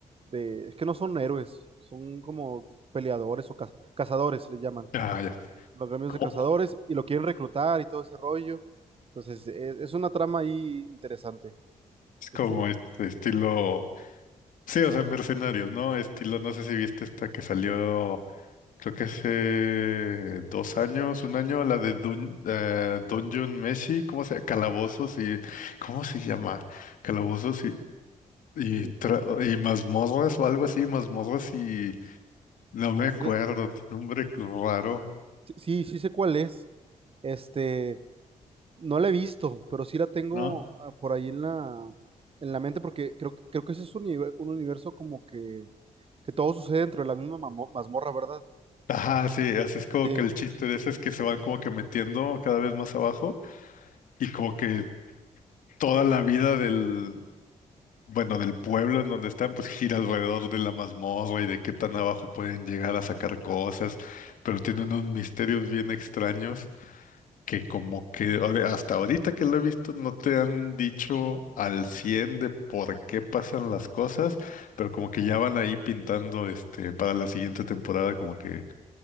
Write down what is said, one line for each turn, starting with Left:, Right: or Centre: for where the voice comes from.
Right: de, es que no son héroes, son como peleadores o caz- cazadores, le llaman,
Left: Ah, ya.
Right: los gremios
Left: Como,
Right: de cazadores, y lo quieren reclutar y todo ese rollo. Entonces, es, es una trama ahí interesante.
Left: es
Right: Este,
Left: como este estilo. Sí, o sea, mercenarios, ¿no? Estilo, no sé si viste esta que salió. Creo que hace dos años, un año, la de Dun- eh, Dungeon Meshi, ¿cómo se Calabozos y... ¿Cómo se llama? Calabozos y, y,
Right: Y-
Left: tra- y mazmorras o algo así, mazmorras y... No me acuerdo,
Right: y
Left: tiene un nombre raro,
Right: sí, sí sí sé cuál es. Este, no la he visto, pero sí la tengo
Left: ¿no?
Right: ah, por ahí en la, en la mente porque creo, creo que ese es un, univer- un universo como que, que todo sucede dentro de la misma mamo- mazmorra, ¿verdad?
Left: Ajá, sí, o sea, es como
Right: Sí,
Left: que el chiste de ese es que se van como que metiendo cada vez más abajo y como que toda la vida del, bueno, del pueblo en donde están, pues gira alrededor de la mazmorra y de qué tan abajo pueden llegar a sacar cosas, pero tiene unos misterios bien extraños que como que a ver, hasta ahorita que lo he visto no te han dicho al 100 de por qué pasan las cosas, pero como que ya van ahí pintando este para la siguiente temporada como que